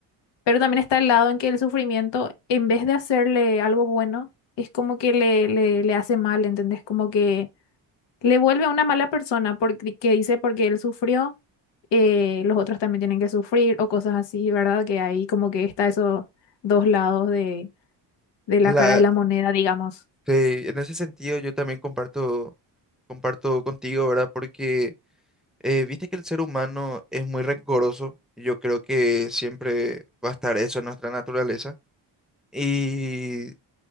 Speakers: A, on the left; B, in the centre.
A: pero también está el lado en que el sufrimiento, en vez de hacerle algo bueno, es como que le, le, le hace mal, ¿entendés? Como que le vuelve a una mala persona porque que dice porque él sufrió, eh, los otros también tienen que sufrir o cosas así, ¿verdad? Que ahí como que está esos dos lados de, de la
B: La,
A: cara de la moneda, digamos.
B: sí, en ese sentido, yo también comparto, comparto contigo, ¿verdad? Porque eh, viste que el ser humano es muy rencoroso. Yo creo que siempre va a estar eso en nuestra naturaleza. Y